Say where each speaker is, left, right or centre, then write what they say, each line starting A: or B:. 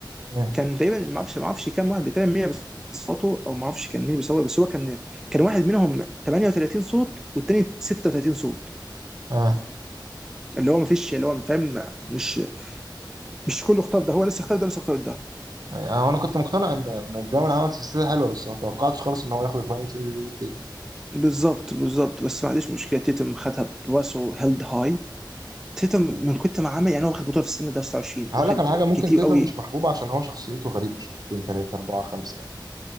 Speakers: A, on the right; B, in the centre.
A: امم
B: كان تقريبا ما اعرفش ما اعرفش كام واحد تقريبا 100 بصوته او ما اعرفش كان مين بيصوت بس هو كان كان واحد منهم 38 صوت والتاني 36 صوت
A: اه
B: اللي هو ما فيش اللي هو فاهم مش مش كله اختار ده هو لسه اختار ده لسه اختار ده
A: يعني انا كنت مقتنع ان ان براون عمل سلسله حلوه بس ما توقعتش خالص ان هو ياخد الفاينلز ام في بي من تيتم
B: بالظبط بالظبط بس ما عنديش مشكله تيتم خدها براسه هيلد هاي تيتم من
A: مم.
B: كنت ما عامل يعني هو واخد بطوله في السن ده 29
A: هقول
B: واخد
A: لك على حاجه ممكن
B: كتير
A: تيتم
B: قوي
A: مش محبوب عشان هو شخصيته غريبه شويتين تلاته اربعه خمسه يعني.